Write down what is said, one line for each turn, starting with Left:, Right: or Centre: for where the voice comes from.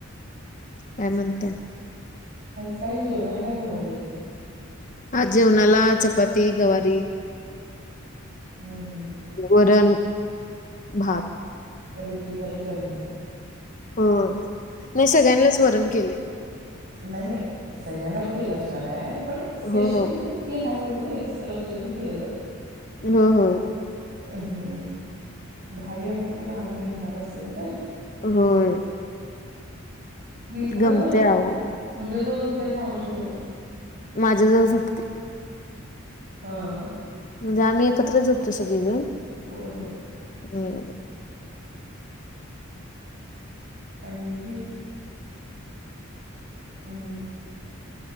Left: काय म्हणताय?
Right: आज काय जेवणाला काय बनवलेलं?
Left: आज जेवणाला चपाती, गवारी.
Right: हम् हम् हम्.
Left: वरण, भात
Right: त्या <inaudible> वरण, भात.
Left: हो नाय सगळ्यांनाच वरण केलंय.
Right: नाय नाय सगळ्यांनाच केलं असणाराय पण स्पेशल
Left: हो हो
Right: म्हणा ती हाय म्हणून एक्स्ट्रा लक्ष देऊन केल जातंय.
Left: हो हो.
Right: हम्म, भारी वाटते ना लहान मुल घरात असल्यानंतर?
Left: होय.
Right: ती कुणा
Left: गमते
Right: जवळ झोपतीय
Left: आहो
Right: तुमच्या जवळ झोपतीय का मावशी जवळ?
Left: माझ्या जवळ झोपती.
Right: हा.
Left: म्हणजे आम्ही एकत्रच झोपतो सगळीजण.
Right: होय होय.
Left: हो.
Right: आणि हे हम्म.